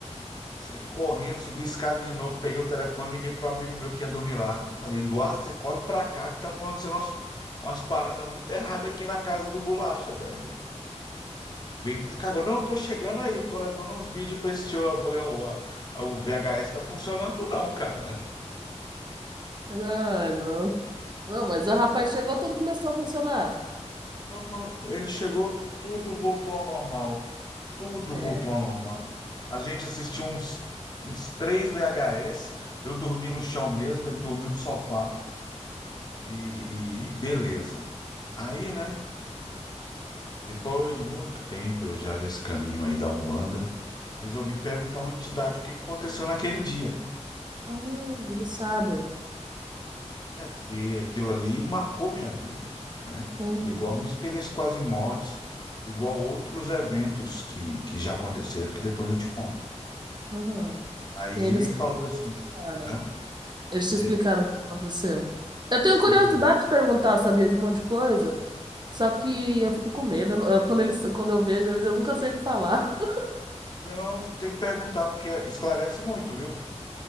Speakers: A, on the left; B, on the right.
A: Saí correndo, subi a escada de novo, peguei o telefone, liguei para um amigo meu que ia dormir lá. E falei, Eduardo, você corre pra cá que tá acontecendo umas, umas paradas muito erradas aqui na casa do Bolacha, velho. Vem pra cá. agora. Não, eu tô chegando aí, eu tô levando uns vídeos pra assistir. Eu falei, ó, o a- a- o VHS tá funcionando não, cara.
B: Ai, não. Não, mas o rapaz chegou, tudo começou a funcionar.
A: Não, quando ele chegou, tudo voltou ao normal. Tudo
B: É.
A: voltou ao normal. A gente assistiu uns, uns três VHS, eu dormi no chão mesmo, ele dormiu no sofá. E, e beleza. Aí, né, depois de muito tempo, eu já nesse caminho aí da Umbanda, resolvi perguntar a uma entidade o que que aconteceu naquele dia.
B: Ah, eles sabem.
A: É, porque aquilo ali marcou minha vida, né?
B: Ah,
A: Igual minha experiência com as mortes, igual outros eventos que, que já aconteceram, que depois eu te conto.
B: ah.
A: Aí
B: E eles
A: ele
B: te
A: falou assim,
B: explicaram.
A: hã?
B: Eles te
A: É,
B: explicaram o que aconteceu. Eu tenho
A: explicou.
B: curiosidade de perguntar, sabia, de um monte de coisa. Só que eu fico com medo. Eu não- eu- quando eles, quando eu vejo eles, eu nunca sei o que falar. <laughs>
A: Não, você tem que perguntar, porque esclarece muito, viu?